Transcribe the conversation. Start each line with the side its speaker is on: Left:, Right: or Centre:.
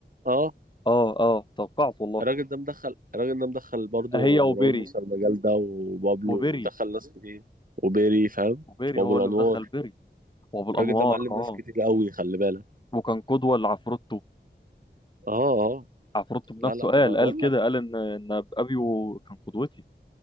Right: اه
Left: اه اه توقعت والله
Right: الراجل ده مدخل الراجل ده مدخل برضه
Left: هي وبيري
Right: مروان موسى المجال ده وبابلو
Left: وبيري
Right: ودخل ناس كتير وبيري فاهم
Left: وبيري
Right: وابو
Left: هو
Right: الانوار
Left: اللي مدخل بيري وابو الانوار
Right: الراجل ده معلم
Left: اه
Right: ناس كتير قوي خلي بالك
Left: وكان قدوه لعفروتو
Right: اه اه
Left: عفروتو بنفسه
Right: لا لا
Left: قال
Right: ما بقول
Left: قال كده
Right: لك
Left: قال ان ان ابيو كان قدوتي